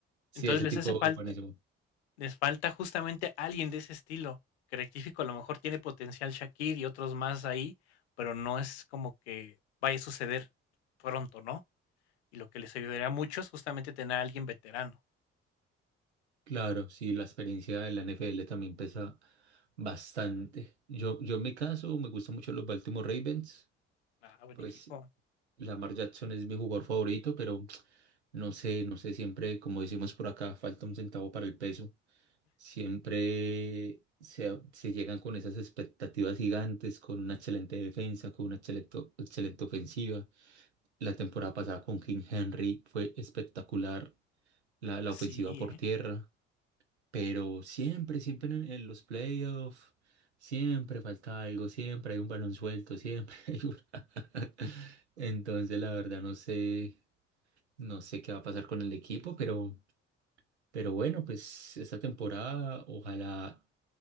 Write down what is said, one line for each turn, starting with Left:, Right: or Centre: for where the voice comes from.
Right: Sí,
Left: Entonces
Right: ese
Left: les
Right: tipo
Left: hace falta.
Right: es buenísimo.
Left: Les falta justamente alguien de ese estilo. Que rectifico, a lo mejor tiene potencial Shakir y otros más ahí, pero no es como que vaya a suceder pronto, ¿no? Y lo que les ayudaría mucho es justamente tener a alguien veterano.
Right: Claro, sí, la experiencia de la NFL también pesa bastante. Yo, yo en mi caso me gustan mucho los Baltimore Ravens,
Left: Ah, buen
Right: pues
Left: equipo.
Right: Lamar Jackson es mi jugador favorito, pero no sé, no sé, siempre, como decimos por acá, falta un centavo para el peso. Siempre se, se llegan con esas expectativas gigantes, con una excelente defensa, con una excelente, excelente ofensiva. La temporada pasada con King Henry fue espectacular, la, la
Left: Así,
Right: ofensiva por
Left: ¿eh?
Right: tierra. Pero siempre, siempre en, en los playoffs, siempre falta algo, siempre hay un balón suelto, siempre <laughs> hay una. Entonces, la verdad, no sé, no sé qué va a pasar con el equipo, pero, pero bueno, pues esta temporada, ojalá,